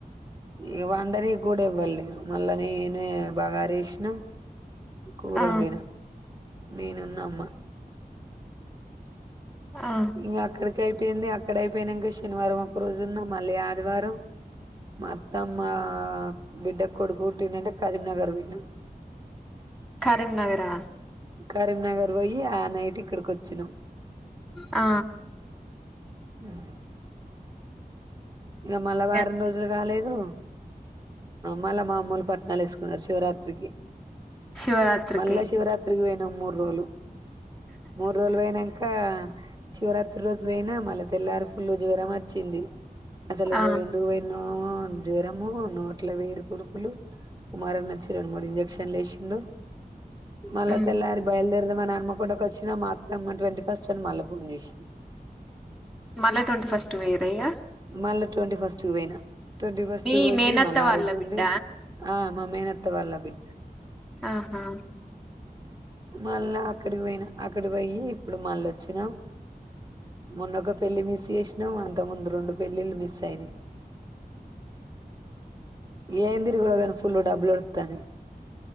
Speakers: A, on the right; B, in the centre.
A: ఇ వండనే కూడా ఇవ్వలేరు మళ్ళా నేను బగార డెక్ రిష్ణు కూరోండిన
B: ఆ
A: నేనున్నమ్మ
B: ఆ
A: ఇ అక్కడి కయ్ అయిపోయింది అక్కడ అయిపోయినాక శనివారం ఒక రోజు ఉన్న మళ్ళీ ఆదివారం మొత్తం ఆ బిడ్డ కొడుకు పుట్టినంటే కరీంనగర్ పోయినాం
B: కరీంనగరా
A: కరీంనగర్ పోయి ఆ నైట్ ఇక్కడికొచ్చినాం
B: ఆ
A: ఉంహు ఇక మళ్ళా వారం
B: గంతే
A: రోజులు కాలేదు మళ్ళా మా అమ్మోలు పట్నాలు వేసుకున్నారు శివరాత్రికి
B: శివరాత్రికి
A: మల్ళ శివరాత్రికి పోయ్ ఇంక మూడ్ రోజులు మూడు రోజులు పోయినంక శివరాత్రి రోజు పోయినా మళ్ తెల్లారు ఫుల్ జ్వరం వచ్చింది అసలు
B: ఆ
A: పో ఎందు పోయ్ నో ఆ జ్వరము నో అట్ల వేడి కురుపులు కుమారనొచ్చి రెండు మూడు ఇంజెక్షన్లు వేసిండు మళ్ళ
B: హ్మ్
A: తెల్లారి బయలుదేరదమ్ మన హన్మకొండకి వచ్చినా మా అత్తమ్మ ట్వంటీ ఫస్ట్ అని మల్ల గుండు చేసింది
B: మళ్ళీ ట్వంటీ ఫస్ట్ పోయిర్రా ఇగ
A: మళ్ళీ ట్వంటీ ఫస్ట్ క పోయినా ట్వంటీ ఫస్ట్
B: మీ
A: కి పోయ్యి
B: మేనత్త
A: మళ్ళ
B: వాళ్ళ
A: ఆ రోజు
B: బిడ్డ
A: ఉండి ఆ మా మేనత్త వాళ్ళ బిడ్డ
B: ఆహా
A: మళ్ళా అక్కడికి పోయినా అక్కడి పోయి ఇప్పుడు మళ్ళ వచ్చినాం మొన్నొ ఒక పెళ్లి మిస్ చేసినాం అంత ముందు రెండు పెళ్ళిలు మిస్ అయినాయ్ ఏంద్రిది ఫుల్ డబ్లు అడుతానాయ్.